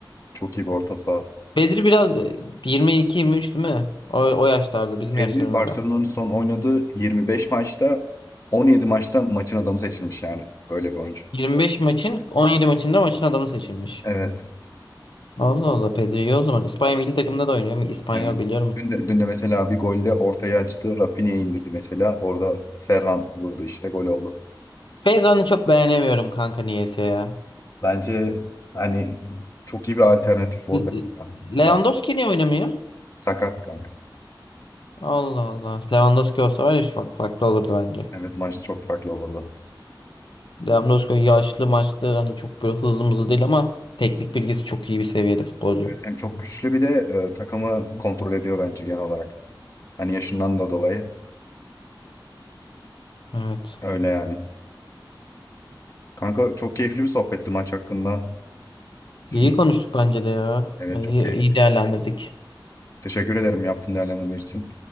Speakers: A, on the left; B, on the left.
A: çok iyi bir orta saha.
B: Bedri biraz 22-23 değil mi? O, o yaşlarda bizim
A: Pedri
B: yaşlarımızda.
A: Barcelona'nın son oynadığı 25 maçta 17 maçta maçın adamı seçilmiş yani. Öyle bir oyuncu.
B: 25 maçın 17 maçında maçın adamı seçilmiş.
A: Evet.
B: Allah Allah Pedri iyi o zaman. İspanya milli takımında da oynuyor. İspanyol
A: Evet.
B: biliyorum.
A: Dün de, dün de mesela bir golde ortaya açtı. Rafinha indirdi mesela. Orada Ferran vurdu işte gol oldu.
B: Ferran'ı çok beğenemiyorum kanka niyeyse ya.
A: Bence hani çok iyi bir alternatif orada.
B: L- L- Lewandowski
A: Bak,
B: niye oynamıyor?
A: Sakat kanka.
B: Allah Allah. Lewandowski olsa var ya şu fak- farklı olurdu bence.
A: Evet maç çok farklı olurdu.
B: Lewandowski yaşlı maçlı hani çok böyle hızlı mızlı değil ama teknik bilgisi çok iyi bir seviyede futbolcu.
A: Hem çok güçlü bir de e, takımı kontrol ediyor bence genel olarak. Hani yaşından da dolayı.
B: Evet.
A: Öyle yani. Kanka çok keyifli bir sohbetti maç hakkında. Düşündük.
B: İyi konuştuk bence de ya.
A: Evet
B: İyi,
A: çok keyifli.
B: iyi değerlendirdik.
A: Teşekkür ederim yaptığın değerlendirme için.